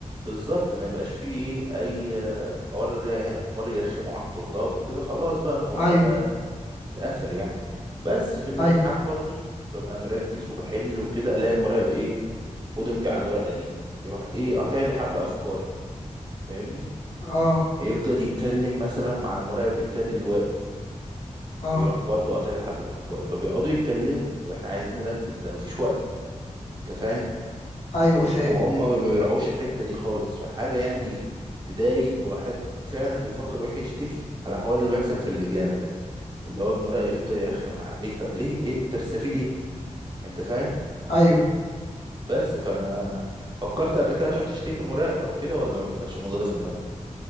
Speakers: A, on the right; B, on the left.
A: بالظبط ما يبقاش فيه ايه اي آه، حوار لا- حوار يرخمه على الطلاب وكده خلاص بقى الموضوع
B: ايوه
A: ده اتقفل يعني بس في الامتحان
B: ايوه
A: برضو ببقى مركز وبحل وكده الاقي المراقب ايه خد امضي على الورقه دي يروح ايه قاطع لي حبل افكاري فاهمني
B: اه
A: يفضل يتكلم مثلا مع المراقب التاني اللي واقف
B: اه
A: يروح برضو قاطع لي حبل افكاري فبيقعدوا يتكلموا طب احنا عايزين نركز ده مفيش وقت انت فاهم
B: ايوه
A: وهم
B: فاهم
A: ما بيراعوش الحتة دي خالص فحاجة يعني تضايق والواحد فعلا بيفكر يروح يشتكي على الحوار اللي بيحصل في اللجان ده اللي هو المراقب يفضل يرخم عليك طب ليه ايه انت بتستفيد ايه انت فاهم
B: ايوه
A: بس ف فكرت قبل كده تروح تشتكي مراقب او كده ولا ما بتحطش الموضوع ده في دماغك